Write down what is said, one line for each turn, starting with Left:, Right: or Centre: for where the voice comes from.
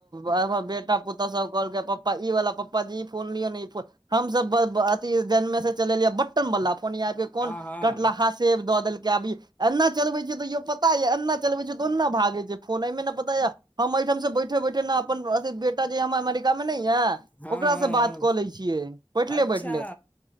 Right: हमर बेटा पुत पूतोहू सब कहलक पप्पा ई वाला पप्पा जी ई फोन लियौ ने ई फोन हमसब अथि जनमे से चलेलिये बटटम वाला फोन यहाँप कोन
Left: हँ हँ
Right: कटलहा से सेव दऽ देलकै अभी एन्ना चलबे छै तो पता यै एना चलबे छै तऽ ओन्ना भागे छै फोन एहि मे न पता या हम एहिठाम से बैठे बैठे न अपन अथि बे बेटा जे ये हमर अमेरिका मे नहि यै
Left: हँ
Right: ओकरा
Left: हँ
Right: से
Left: हँ
Right: बात कऽ लै छियै बैठले
Left: अच्छा
Right: बैठले।